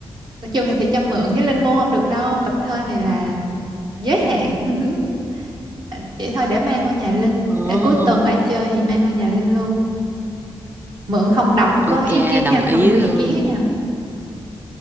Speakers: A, on the right; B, on the right.
A: nói chung thì sẽ cho mượn với Linh mua không được đâu tập thơ này là giới hạn <laughs> À, Vậy thôi để mang qua nhà Linh
B: Ồ,
A: Để cuối tuần qua chơi thì mang qua nhà Linh luôn Mượn không đọc không
B: ok
A: có ý kiến
B: đồng
A: nha
B: ý
A: Không có ý
B: luôn
A: kiến đó nha